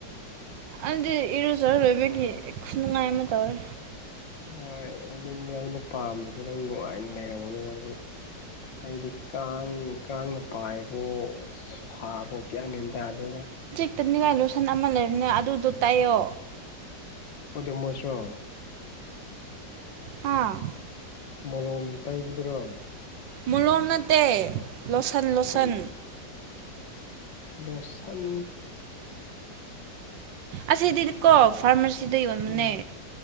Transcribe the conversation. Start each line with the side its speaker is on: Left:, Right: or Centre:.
Right: ꯑꯗꯨꯗꯤ ꯏꯔꯣꯖꯔ ꯂꯣꯏꯕꯒꯤ ꯅꯨꯡꯉꯥꯏ ꯑꯃ ꯇꯧꯔꯦ
Left: ꯍꯣꯏ ꯑꯗꯨꯅꯦ ꯑꯩꯅ ꯄꯥꯝꯃꯤꯁꯤ ꯑꯗꯨ ꯅꯨꯡꯉꯥꯏꯅ ꯂꯩꯔꯝꯒꯅꯦꯀꯣ ꯍꯧꯖꯤꯛ ꯑꯩꯗꯤ ꯀꯥꯡ ꯀꯥꯡꯅ ꯄꯥꯏꯕꯨ ꯁꯥꯕ ꯒꯤꯌꯟ ꯃꯦꯟꯇꯥꯗꯦꯗ꯫
Right: ꯇꯩꯅꯤꯡꯉꯥꯏ ꯂꯨꯁꯟ ꯑꯃ ꯂꯩꯕꯅꯦ ꯑꯗꯨꯗꯣ ꯇꯩꯌꯣ꯫
Left: ꯑꯣꯗꯣ ꯃꯣꯁ ꯔꯣ꯫
Right: ꯍꯥꯥ꯫
Left: ꯃꯣꯂꯣꯝ ꯇꯩꯕꯗꯨꯔꯣ꯫
Right: ꯃꯣꯂꯣꯝ ꯅꯠꯇꯦ ꯂꯣꯁꯟ ꯂꯣꯁꯟ꯫
Left: ꯀꯔꯤ ꯂꯣꯁꯟ꯫
Right: ꯑꯁꯤꯗꯤ ꯀꯣ ꯐꯥꯔꯃꯥꯁꯤꯗ ꯌꯣꯟꯕꯅꯦ꯫
Left: ꯎꯝ